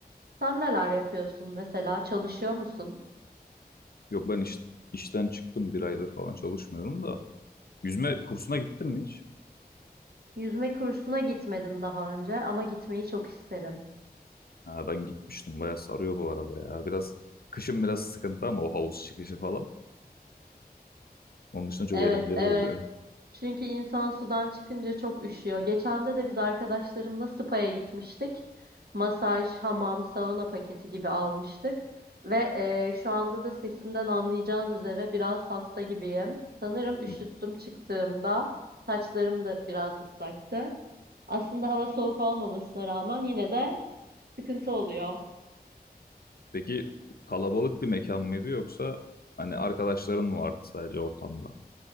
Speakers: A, on the right; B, on the left.
A: Sen neler yapıyorsun mesela? Çalışıyor musun?
B: Yok ben iş, işten çıktım bir aydır falan çalışmıyorum da. Yüzme kursuna gittin mi hiç?
A: Yüzme kursuna gitmedim daha önce ama gitmeyi çok isterim.
B: Ha, ben gitmiştim bayağı sarıyor bu arada ya. Biraz kışın biraz sıkıntı ama o havuz çıkışı falan. Onun dışında çok
A: Evet,
B: eğlenceli
A: evet.
B: oluyor.
A: Çünkü insan sudan çıkınca çok üşüyor. Geçen de de biz arkadaşlarımla spa'ya gitmiştik. Masaj, hamam, sauna paketi gibi almıştık. Ve eee, şu anda da sesimden anlayacağın üzere biraz hasta gibiyim. Sanırım üşüttüm
B: <laughs>
A: çıktığımda. Saçlarım da biraz ıslaktı. Aslında hava soğuk olmamasına rağmen yine de sıkıntı oluyor.
B: Peki kalabalık bir mekan mıydı yoksa hani arkadaşların mı vardı sadece ortamda?